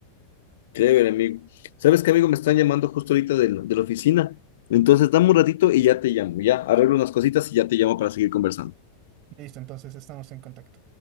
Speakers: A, on the left; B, on the right.
A: Chévere, amigo. ¿Sabes qué, amigo? Me están llamando justo ahorita de, la- de la oficina. Entonces, dame un ratito y ya te llamo. Ya arreglo unas cositas y ya te llamo para seguir conversando.
B: Listo, entonces estamos en contacto.